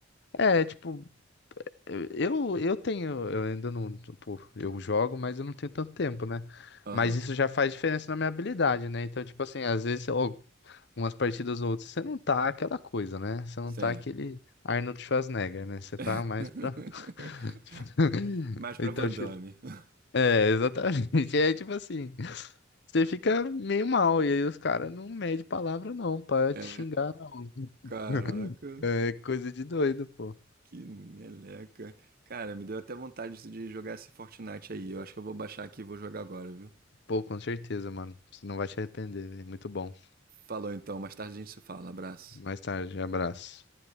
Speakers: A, on the left; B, on the right.
A: É, tipo, Eu, eu tenho, eu ainda não, tipo, eu jogo, mas eu não tenho tanto tempo, né?
B: Aham,
A: Mas isso já faz diferença na minha habilidade, né? Então, tipo assim, às vezes, ó, umas partidas ou outras, você não tá aquela coisa, né? Você não
B: sim.
A: tá aquele Arnold Schwarzenegger, né? Você
B: <laughs>
A: tá mais pra. <laughs>
B: Mais pra
A: Então,
B: Van
A: tipo,
B: Damme. <laughs>
A: é, exatamente. <laughs> É tipo assim, você fica meio mal, e aí os caras não medem palavra, não, pra
B: É,
A: te xingar, não.
B: caraca,
A: <laughs> É coisa de doido, pô.
B: que meleca. Cara, me deu até vontade de jogar esse Fortnite aí. Eu acho que eu vou baixar aqui e vou jogar agora, viu?
A: Pô, com certeza, mano. Você não vai se arrepender, velho. Muito bom.
B: Falou então, mais tarde a gente se fala. Abraço.
A: Mais tarde, abraço.